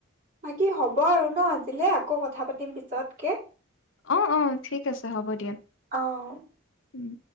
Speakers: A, on the right (about 40°); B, on the left (about 65°).
A: বাকী হ'ব আৰু ন আজিলৈ আকৌ কথা পাতিম পিছতকে।
B: অ' অ' ঠিক আছে হ'ব দিয়া।
A: অ'
B: উম